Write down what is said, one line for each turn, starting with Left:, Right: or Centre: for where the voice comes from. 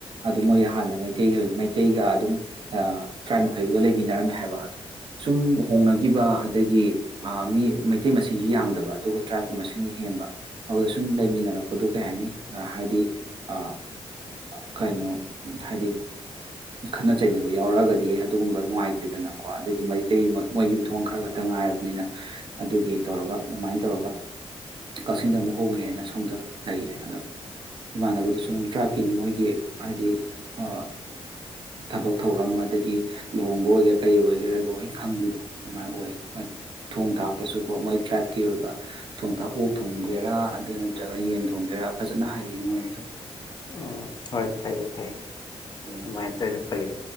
Right: ꯑꯗꯣ ꯃꯣꯏ ꯍꯥꯟꯅ ꯃꯩꯇꯩꯒꯤ ꯃꯩꯇꯩꯒ ꯑꯗꯨꯝ ꯑꯥ ꯇ꯭ꯔꯥꯏꯞ ꯃꯈꯩꯗꯨꯒ ꯂꯩꯃꯤꯟꯅꯔꯝꯃꯦ ꯍꯥꯏꯕ ꯑꯗꯣ ꯁꯨꯝ ꯍꯣꯡꯅꯈꯤꯕ ꯑꯗꯒꯤ ꯑꯥ ꯃꯤ ꯃꯩꯇꯩ ꯃꯁꯤꯡꯗꯤ ꯌꯥꯝꯗꯕ ꯑꯗꯨꯒ ꯇ꯭ꯔꯥꯏꯞꯀꯤ ꯃꯁꯤꯡꯅ ꯍꯦꯟꯕ ꯑꯗꯨꯗ ꯁꯨꯝ ꯂꯩꯃꯤꯟꯅꯔꯛꯄꯗꯣ ꯀꯩ ꯍꯥꯏꯅꯤ ꯍꯥꯏꯗꯤ ꯑ ꯀꯩꯅꯣ ꯍꯥꯏꯗꯤ ꯈꯠꯅ ꯆꯩꯅꯕ ꯌꯥꯎꯔꯛꯑꯒꯗꯤ ꯑꯗꯨꯒꯨꯝꯕ ꯅꯨꯡꯉꯥꯏꯇꯦꯗꯅꯀꯣ ꯑꯗꯒꯤ ꯃꯩꯇꯩ ꯃꯣꯏ ꯌꯨꯝꯊꯣꯡ ꯈꯔ ꯈꯛꯇ ꯉꯥꯏꯔꯕꯅꯤꯅ ꯑꯗꯨꯒꯤ ꯇꯧꯔꯒ ꯑꯗꯨꯃꯥꯏꯅ ꯇꯧꯔꯒ ꯀꯥꯛꯆꯤꯡꯗ ꯑꯃꯨꯛ ꯍꯣꯡꯉꯦꯅ ꯁꯣꯝꯗ ꯂꯩꯌꯦ ꯑꯗꯣ ꯏꯃꯥꯟꯅꯕꯗꯨꯁꯨ ꯇ꯭ꯔꯥꯏꯞꯀꯤ ꯃꯣꯏꯒꯤ ꯍꯥꯏꯗꯤ ꯑ ꯊꯕꯛ ꯊꯧꯔꯝ ꯑꯗꯒꯤ ꯂꯨꯍꯣꯡꯕ ꯑꯣꯏꯒꯦꯔꯥ ꯀꯔꯤ ꯑꯣꯏꯒꯦꯔꯥ ꯂꯣꯏ ꯈꯪꯕꯤꯗꯣ ꯑꯗꯨꯃꯥꯏꯅ ꯑꯣꯏ ꯊꯣꯡ ꯊꯥꯛꯄꯁꯨ ꯀꯣ ꯃꯣꯏ ꯇ꯭ꯔꯥꯏꯞꯀꯤ ꯑ ꯊꯣꯡ ꯊꯥꯛꯄ ꯑꯣꯛ ꯊꯣꯡꯒꯦꯔꯥ ꯑꯗꯨ ꯅꯠꯇ꯭ꯔꯒ ꯌꯦꯟ ꯊꯣꯡꯒꯦꯔꯥ ꯐꯖꯅ ꯍꯩꯌꯦ ꯃꯣꯏ ꯑꯗꯣ
Left: ꯎꯝ ꯍꯣꯏ ꯐꯩꯌꯦ ꯐꯩꯌꯦ ꯑꯗꯨꯃꯥꯏ
Right: ꯎꯝ
Left: ꯇꯧꯏꯗꯣ ꯐꯩ ꯍꯣꯏ